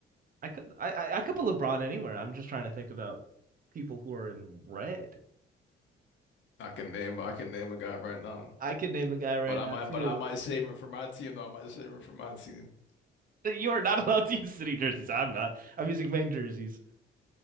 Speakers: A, on the right; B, on the left.
A: I could I, I I could put LeBron anywhere. I'm just trying to think about people who are in red.
B: I can name, I can name a guy right now.
A: I could name a guy right
B: But I
A: now
B: might,
A: too.
B: but I might save him for my team, though. I might save him for my team.
A: You are not <laughs> allowed to use city jerseys. I'm not. I'm using main jerseys.